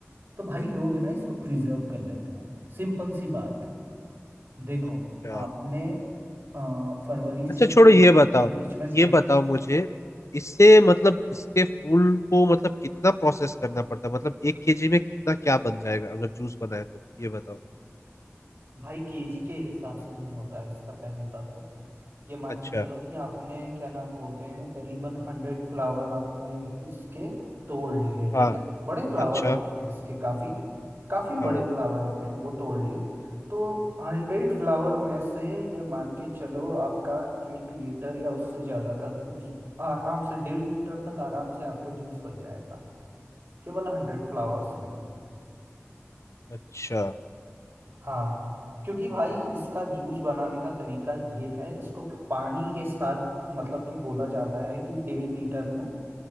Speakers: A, on the right (about 45°); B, on the left (about 80°).
A: तो भाई लोग ना इसको प्रिजर्व कर लेते हैं सिंपल सी बात देखो
B: अच्छा
A: आपने अ, फरवरी से
B: अच्छा छोड़ो
A: के,
B: ये बताओ
A: के बीच में सारे
B: ये बताओ मुझे इससे मतलब इसके फूल को मतलब कितना प्रोसेस करना पड़ता है मतलब एक केजी में कितना क्या बन जाएगा अगर जूस बनाए तो ये बताओ
A: भाई केजी के हिसाब से नहीं होता है इसका पहली बात तो ये मान
B: अच्छा
A: के चलो कि आपने क्या नाम बोलते हैं करीबन हंड्रेड फ्लावर आपने इसके तोड़ लिए
B: हाँ
A: ठीक है बड़े फ्लावर
B: अच्छा
A: होते हैं इसके काफी काफी
B: हाँ
A: बड़े फ्लावर होते हैं वो तोड़ लिए तो हंड्रेड फ्लावर में से ये मान के चलो आपका एक लीटर या उससे ज्यादा का जूस आराम से डेढ़ लीटर तक आराम से आपका जूस बन जाएगा केवल हंड्रेड फ्लावर्स में
B: अच्छा
A: हाँ क्योंकि भाई इसका जूस बनाने का तरीका ये है इसको पानी के साथ मतलब कि बोला जाता है कि डेढ़ लीटर में